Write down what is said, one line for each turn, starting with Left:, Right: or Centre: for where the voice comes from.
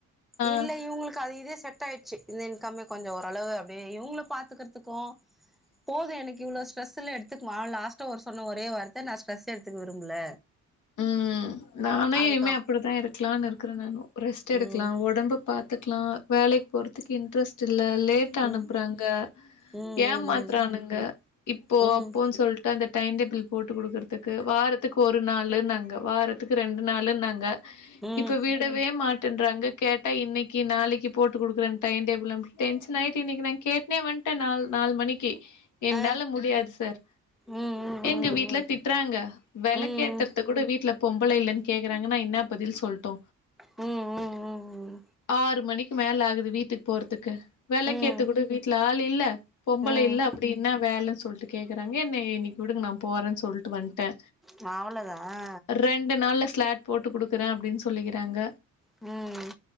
Left: ஆ
Centre: இல்ல இவுங்களுக்கு அது இதே செட் ஆயிடுச்சு இந்த இன்கமே கொஞ்சம் ஓரளவு அப்டியே இவுங்கள பாத்துக்குறதுக்கு போது எனக்கு இவ்ளோ ஸ்ட்ரெஸ்லா எடுத்துக்குமா லாஸ்டா ஒரு சொன்ன ஒரே வார்த்த நா ஸ்ட்ரெஸ் எடுத்துக்க விரும்பல
Left: ம் நானே
Centre: அதுக்கப்
Left: இனிமே அப்டித்தா இருக்கலான்னு இருக்கிறே நானு ரெஸ்ட் எடுக்கலா
Centre: ம்
Left: உடம்பு பாத்துக்கலா வேலைக்கு போறதுக்கு இன்ட்ரெஸ்ட் இல்ல லேட்டா
Centre: ம்
Left: அனுப்புறாங்க
Centre: ம்
Left: ஏமாத்துறானுங்க
Centre: ம்
Left: இப்போ
Centre: ம்
Left: அப்போன்னு சொல்ட்டு அந்த டைம் டேபிள் போட்டு குடுக்குறதுக்கு வாரத்துக்கு ஒரு நாளு நாங்க வாரத்துக்கு ரெண்டு நாளுனாங்க
Centre: ம் ம்
Left: இப்ப விடவே மாட்டேன்றாங்க கேட்டா இன்னைக்கு நாளைக்கு போட்டு குடுக்குறே டைம் டேபிள் அப்புடி டென்ஷன் ஆயிட்டு இன்னைக்கு நா கேட்னே வன்ட நா நாலு மணிக்கு என்னால
Centre: ஆ
Left: முடியாது சார்
Centre: ம் ம் ம்
Left: எங்க வீட்ல திட்டுறாங்க விளக்கு
Centre: ம் ம்
Left: ஏத்தர் கூட வீட்ல பொம்பல இல்லன்னு கேக்குறாங்க நா என்ன பதில் சொல்டு
Centre: ம் ம் ம்
Left: ஆறு மணிக்கு மேல ஆகுது வீட்டுக்கு போறதுக்கு விளக்கு
Centre: ம் ம்
Left: ஏத்த கூட வீட்டுல ஆளு இல்ல பொம்பள
Centre: ம்
Left: இல்ல அப்டி என்ன வேலன்னு சொல்ட்டு கேக்கறாங்க என்னைய இன்னிக்கு விடுங்க நா போறன் சொல்ட்டு வந்ட்டே.
Centre: ம் அவ்ளதா அ
Left: ரெண்டு நாள்ல ஸ்லாட் போட்டு குடுக்கறே அப்டின் சொல்லிக்கறாங்க.
Centre: ம்.